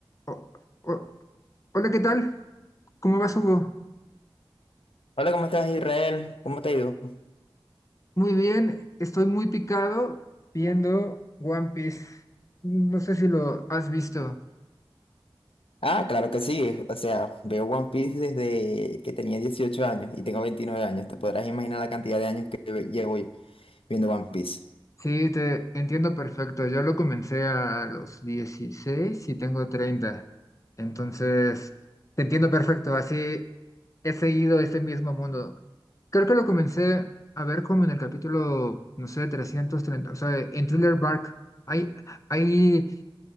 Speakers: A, on the left (about 35°); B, on the left (about 85°).
A: O- o- hola, ¿qué tal? ¿Cómo vas, Hugo?
B: Hola, ¿cómo estás, Israel? ¿Cómo te ha ido?
A: Muy bien, estoy muy picado viendo One Piece. No sé si lo has visto.
B: Ah, claro que sí. O sea, veo One Piece desde que tenía 18 años y tengo 29 años. Te podrás imaginar la cantidad de años que ve- llevo viendo One Piece.
A: Sí, te entiendo perfecto. Yo lo comencé a los 16 y tengo 30. Entonces, te entiendo perfecto. Así he seguido este mismo mundo. Creo que lo comencé a ver como en el capítulo, no sé, 330, O sea, en Thriller Bark. Hay, hay